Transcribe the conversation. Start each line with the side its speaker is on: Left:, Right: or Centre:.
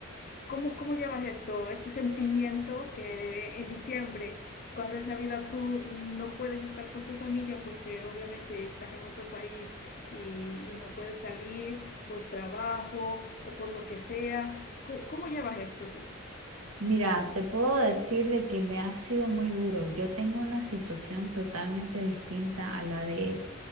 Left: ¿cómo, cómo llevas esto, este sentimiento que en diciembre, cuando es Navidad, tú no puedes estar con tu familia porque obviamente estás en otro país y, y no puedes salir por trabajo o por lo que sea? ¿Cómo, cómo llevas esto tú?
Right: Mira, te puedo decir de que me ha sido muy duro. Yo tengo una situación totalmente distinta a la de,